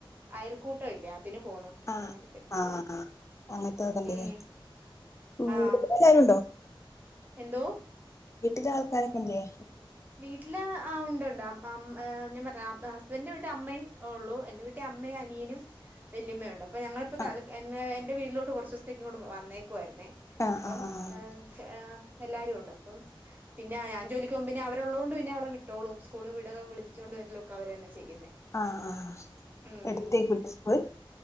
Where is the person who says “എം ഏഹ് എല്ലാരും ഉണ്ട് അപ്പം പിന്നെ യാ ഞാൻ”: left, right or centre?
Right